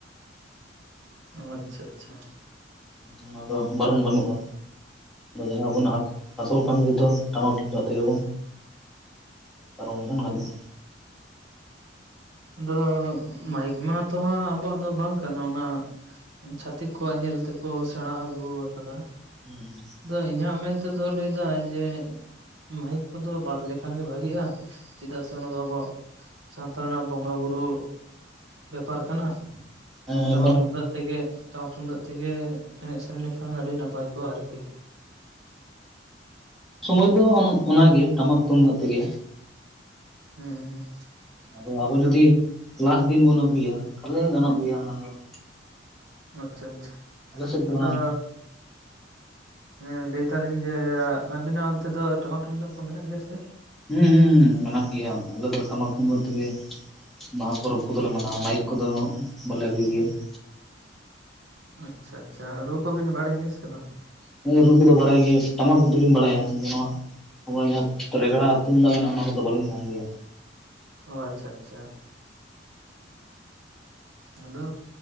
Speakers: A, on the right; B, in the centre.
A: ᱚ ᱟᱪᱷᱟ ᱟᱪᱷᱟ
B: ᱚᱱᱟ ᱫᱚ ᱵᱟᱨᱚᱱ ᱵᱟᱹᱱᱩᱜᱼᱟ᱾ ᱡᱟᱦᱟᱸ ᱟᱵᱚᱱᱟᱜ ᱟᱥᱚᱞ ᱠᱟᱹᱢᱤ ᱠᱚᱫᱚ ᱴᱟᱢᱟᱠ ᱛᱩᱢᱫᱟᱜ ᱛᱮᱜᱮ ᱵᱚᱱ ᱯᱟᱨᱚᱢ ᱞᱮᱱᱠᱷᱟᱱ ᱜᱟᱱᱚᱜᱼᱟ᱾
A: ᱟᱫᱚ ᱢᱟᱭᱤᱠ ᱢᱟ ᱛᱚ ᱦᱟᱸᱜ ᱟᱵᱚᱣᱟᱜ ᱫᱚ ᱵᱟᱝ ᱠᱟᱱᱟ ᱚᱱᱟ ᱪᱷᱟᱛᱤᱠ ᱠᱚᱣᱟᱜ ᱧᱮᱞ ᱛᱮᱠᱚ ᱥᱮᱬᱟ ᱟᱹᱜᱩ ᱟᱠᱟᱫᱟ᱾
B: <unintelligible>
A: ᱟᱫᱚ ᱤᱧᱟᱹᱜ ᱢᱮᱱᱛᱮ ᱫᱚ ᱞᱟᱹᱭᱮᱫᱟ ᱡᱮ, ᱢᱟᱭᱤᱠ ᱠᱚᱫᱚ ᱵᱟᱫ ᱞᱮᱠᱷᱟᱱ ᱜᱮ ᱵᱷᱟᱜᱤᱜᱼᱟ ᱪᱮᱫᱟᱜ ᱥᱮ ᱚᱱᱟ ᱫᱚ ᱟᱵᱚᱣᱟᱜ ᱥᱟᱶᱛᱟ ᱨᱮᱱᱟᱜ ᱵᱚᱸᱜᱟ ᱵᱩᱨᱩ ᱵᱮᱯᱟᱨ ᱠᱟᱱᱟ᱾
B: ᱦᱮᱸ
A: ᱴᱟᱢᱟᱠ
B: ᱵᱟᱝ
A: ᱴᱩᱢᱫᱟᱜ ᱛᱮᱜᱮ ᱴᱟᱢᱟᱠ ᱴᱩᱢᱫᱟᱜ ᱛᱮᱜᱮ ᱜᱮ ᱮᱱᱮᱡ ᱥᱮᱨᱮᱧ ᱞᱮᱠᱷᱟᱱ ᱟᱹᱰᱤ ᱱᱟᱯᱟᱭ ᱠᱚᱜᱼᱟ ᱟᱨᱠᱤ᱾
B: ᱥᱚᱢᱚᱭ ᱫᱚ ᱚᱱᱟᱜᱮ ᱴᱟᱢᱟᱠ ᱛᱩᱢᱫᱟᱜ ᱛᱮᱜᱮ᱾
A: <unintelligible>
B: ᱟᱫᱚ ᱟᱵᱚ
A: ᱦᱩᱸ
B: ᱡᱩᱫᱤ ᱞᱟᱜ ᱫᱤᱱ ᱵᱚᱱ ᱟᱹᱜᱩᱭᱟ ᱛᱟᱦᱚᱞᱮ ᱜᱟᱱᱚᱜ ᱜᱮᱭᱟ ᱚᱱᱟ ᱫᱚ ᱾
A: ᱟᱪᱪᱷᱟ - ᱟᱪᱪᱷᱟ
B: ᱟᱞᱮ ᱥᱮᱫ ᱫᱚ
A: ᱟᱫᱚ
B: ᱚᱱᱟ
A: ᱦᱮᱸ ᱞᱟᱹᱭ ᱫᱟᱞᱤᱧ ᱡᱮ ᱟᱵᱤᱱᱟᱜ ᱚᱱᱛᱮ ᱫᱚ ᱴᱟᱢᱟᱠ ᱛᱩᱢᱫᱟᱜ ᱠᱚ ᱢᱮᱱᱟᱜ ᱜᱮᱭᱟ ᱥᱮ?
B: ᱦᱩᱸ ᱦᱩᱸ ᱢᱮᱱᱟᱜ ᱜᱮᱭᱟ ᱟᱞᱮ ᱫᱚ ᱴᱟᱢᱟᱠ ᱛᱩᱢᱫᱟᱹᱜ ᱛᱮᱜᱮ ᱵᱟᱦᱟ ᱯᱚᱨᱚᱵᱽ ᱠᱚᱫᱚᱞᱮ ᱢᱟᱱᱟᱣᱟ ᱢᱟᱹᱭᱤᱠ ᱠᱚᱫᱚ ᱵᱟᱞᱮ ᱟᱹᱜᱩᱭ ᱜᱮᱭᱟ ᱾
A: ᱟᱪᱪᱷᱟ ᱟᱪᱪᱷᱟ ᱨᱩ ᱠᱚᱵᱤᱱ ᱵᱟᱲᱟᱭ ᱜᱮᱭᱟ ᱥᱮ ᱵᱟᱝ?
B: ᱦᱮᱸ ᱨᱩ ᱠᱚᱫᱚ ᱵᱟᱲᱟᱭ ᱜᱮ ᱴᱟᱢᱟᱠ ᱫᱚᱞᱤᱧ ᱵᱟᱲᱟᱭᱟ ᱟᱫᱚ ᱱᱚᱣᱟ ᱟᱵᱚᱣᱟᱜ ᱡᱟᱦᱟᱸ ᱨᱮᱜᱽᱲᱟ ᱛᱩᱢᱫᱟᱜ ᱢᱮᱱᱟᱜᱼᱟ ᱚᱱᱟ ᱠᱚᱫᱚ ᱵᱟᱹᱞᱤᱧ ᱜᱟᱱ ᱜᱮᱭᱟ
A: ᱚ ᱟᱪᱪᱷᱟ ᱟᱪᱪᱷᱟ ᱟᱫᱚ